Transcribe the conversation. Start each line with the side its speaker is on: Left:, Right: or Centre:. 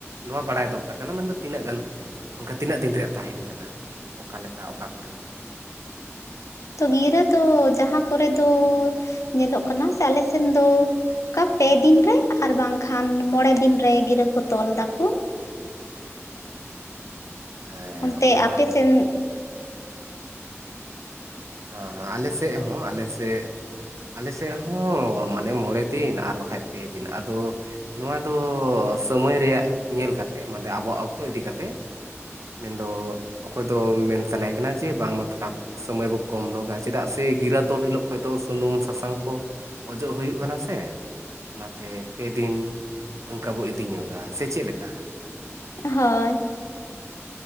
Right: ᱱᱚᱣᱟ ᱵᱟᱲᱟᱭ ᱫᱚᱨᱠᱟᱨ ᱠᱟᱱᱟ ᱢᱮᱱᱫᱚ ᱛᱤᱱᱟᱹᱜ ᱜᱟᱱ ᱚᱱᱠᱟ ᱛᱤᱱᱟᱹᱜ ᱫᱤᱱ ᱨᱮᱭᱟᱜ ᱛᱟᱦᱮᱱ ᱠᱟᱱᱟ ᱚᱠᱟ ᱞᱮᱠᱟ ᱚᱠᱟ ᱠᱚᱨᱮ?
Left: ᱛᱚ ᱜᱤᱨᱟᱹ ᱫᱚ ᱡᱟᱦᱟᱸ ᱠᱚᱨᱮ ᱫᱚ ᱧᱮᱞᱚᱜ ᱠᱟᱱᱟ ᱥᱮ ᱟᱞᱮ ᱥᱮᱱ ᱫᱚ ᱠᱟ ᱯᱮ ᱫᱤᱱ ᱨᱮ ᱟᱨ ᱵᱟᱝᱠᱷᱟᱱ ᱢᱚᱬᱮ ᱫᱤᱱ ᱨᱮ ᱜᱤᱨᱟᱹ ᱠᱚ ᱛᱚᱞ ᱫᱟᱠᱚ᱾
Right: ᱦᱮᱸ
Left: ᱚᱱᱛᱮ
Right: ᱚᱱᱟ
Left: ᱟᱯᱮ
Right: ᱢᱟ ᱦᱮᱸ
Left: ᱥᱮᱱ
Right: ᱦᱟᱸ ᱦᱟᱸ ᱟᱞᱮ ᱥᱮᱫ ᱦᱚᱸ ᱟᱞᱮ ᱥᱮᱫ ᱟᱞᱮ ᱥᱮᱫ ᱦᱚᱸ ᱢᱟᱱᱮ ᱢᱚᱬᱮ ᱫᱤᱱ ᱟᱨ ᱵᱟᱠᱷᱟᱡ ᱯᱮ ᱫᱤᱱ ᱟᱫᱚ ᱱᱚᱣᱟ ᱫᱚ ᱥᱚᱢᱚᱭ ᱨᱮᱭᱟᱜ ᱧᱮᱞ ᱠᱟᱛᱮᱜ ᱢᱟᱫᱮ ᱟᱵᱚᱣᱟᱜ ᱚᱠᱛᱚ ᱤᱫᱤ ᱠᱟᱛᱮᱫ᱾ ᱢᱮᱱ ᱫᱚ ᱚᱠᱚᱭ ᱫᱚ ᱢᱮᱱ ᱥᱟᱱᱟᱭᱮ ᱠᱟᱱᱟ ᱡᱮ ᱵᱟᱝ ᱢᱟ ᱛᱷᱚᱲᱟ ᱥᱚᱢᱚᱭ ᱵᱟᱠᱚ ᱠᱚᱢ ᱱᱚᱜᱟ ᱪᱮᱫᱟᱜ ᱥᱮ ᱜᱤᱨᱟᱹ ᱛᱚᱞ ᱦᱤᱞᱳᱜ ᱠᱷᱚᱡ ᱫᱚ ᱥᱩᱱᱩᱢ ᱥᱟᱥᱟᱝ ᱠᱚ ᱚᱡᱚᱜ ᱦᱩᱭᱩᱜ ᱠᱟᱱᱟ ᱥᱮ᱾ ᱚᱱᱟᱛᱮ ᱯᱮ ᱫᱤᱱ ᱚᱱᱠᱟ ᱵᱚ ᱤᱫᱤ ᱧᱚᱜᱟ, ᱥᱮ ᱪᱮᱫ ᱞᱮᱠᱟ ᱦᱟᱸᱜ?
Left: ᱦᱳᱭ᱾